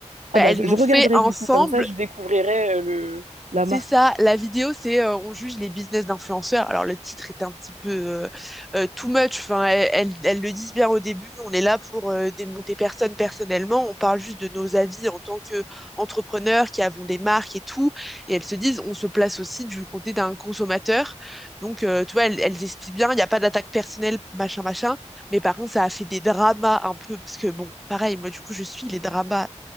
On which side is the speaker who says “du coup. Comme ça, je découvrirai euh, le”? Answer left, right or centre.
Right